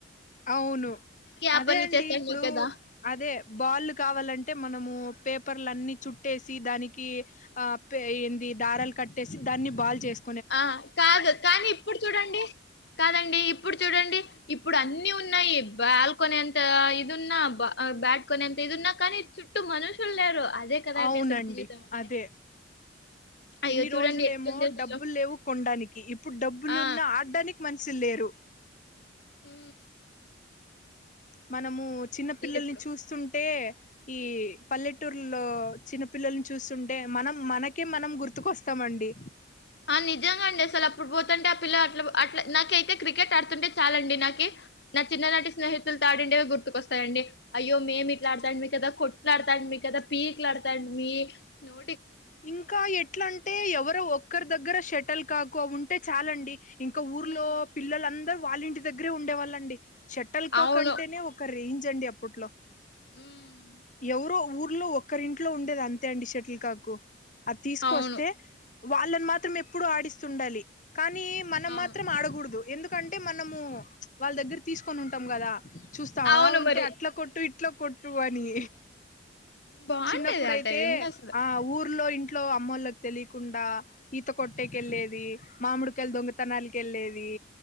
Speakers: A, on the left; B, on the left.
A: అవును
B: ఆ
A: అదే
B: పనులు
A: అండి
B: చేస్తాండి
A: ఇప్పుడు
B: కదా
A: అదే బాల్ కావాలంటే మనము పేప్ పర్లన్ని చుట్టేసి దానికి ఆ ఎంది దారాలు కట్టేసి దాన్ని బాల్ చేసు
B: ఆ కాదు కానీ ఇప్పుడు చూడండి కాదండి ఇప్పుడు చూడండి ఇప్పుడు అన్ని ఉన్నాయి బాల్కొనే అంత ఇది ఉన్నా బాట్కొనేంత ఇది ఉన్నా కానీ చుట్టూ మనుషులు లేరు అదే కదండి
A: అవునండి
B: అసలు జీవితం అంటే
A: అదే
B: అయ్యో
A: ఇన్ని
B: చూడండి
A: రోజులేమో
B: ఎట్లుంది అసలు
A: డబ్బులు లేవు కొనడానికి ఇప్పుడు డబ్బులున్న
B: ఆ
A: ఆడడానికి మనుషులు లేరు
B: మ్
A: మనము చిన్న పిల్లల్ని
B: ఇప్పుడు
A: చూస్తు అంటే ఈ పల్లెటూర్లో చిన్నపిల్లని చూస్తుంటే మనం మనకే మనం గుర్తు ఎత్తు కోస్తామండి
B: ఆ నిజంగా అండి అసలు అప్పుడు పోతుంటే ఆ పిల్ల అట్ల అట్లా నాకైతే క్రికెట్ ఆడుతుంటే చాలండి నాకి నా చిన్ననాటి స్నేహితులు తాడిండే గుర్తుకొస్తాయండి. అయ్యో మేము ఇట్లాడతాం మీకు గదా కొట్లాడతాండి మీ కదా పీక్ లాడతాం మీ నో
A: ఇంకా ఎట్లా అంటే ఎవరు ఒక్కరి దగ్గర షటల్ కాకో ఉంటే చాలండి. ఇంకా ఊర్లో
B: మ్మ్
A: పిల్లలందరూ వాళ్ళ ఇంటి దగ్గరే ఉండేవాళ్ళండి. షటల్ కాక్
B: అవును
A: అంటేనే ఒక రేంజ్ అండి అప్పట్లో
B: మ్మ్
A: ఎవరో ఊర్లో ఒక్కరింట్లో ఉండేది అంతే అండి షటిల్ కాకు అది తీసుకొస్తే
B: అవును
A: వాళ్ళని మాత్రం ఎప్పుడు ఆడిస్తుండాలి కానీ మనం
B: అవును
A: మాత్రం ఆడకూడదు, ఎందుకంటే మనము వాళ్ళ దగ్గర తీసుకొని ఉంటాం గదా చూస్తా
B: అవును
A: ఆ ఉంటే
B: మరి
A: అట్ల కొట్టు ఇట్ల కొట్టు అని
B: బాగుండేది
A: చిన్నప్పుడైతే
B: ఆ టైం లో అసలు
A: ఆ ఊరు ఊర్లో ఇంట్లో అమ్మోళ్లకు తెలియకుండా ఈత కొట్టేెళ్ళేది మామిడికాయలు దొంగతనానికెళ్లే ళ్లేది